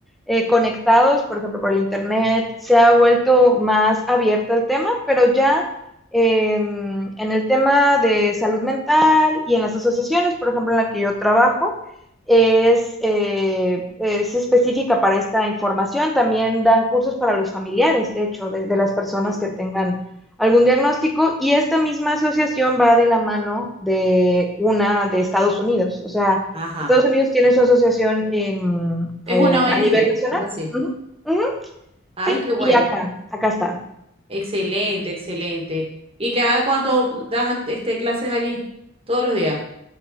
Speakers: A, in the centre; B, on the right.
A: eh, conectados, por ejemplo, por el Internet, se ha vuelto más abierto el tema, pero ya en, en el tema de salud mental y en las asociaciones, por ejemplo, en la que yo trabajo, es, eh, es específica para esta información. También dan cursos para los familiares, de hecho, de de las personas
B: Buenísimo.
A: que tengan algún diagnóstico y esta misma asociación va de la mano de una de Estados Unidos. O sea,
B: Ajá.
A: Estados Unidos tiene su asociación en,
B: Es
A: eh,
B: una ONG,
A: a nivel nacional.
B: algo así.
A: Uh -huh, uh -huh,
B: Ay,
A: sí,
B: qué bueno.
A: y acá, acá está.
B: Excelente, excelente. ¿Y cada cuánto das este, clases allí? Todos los días.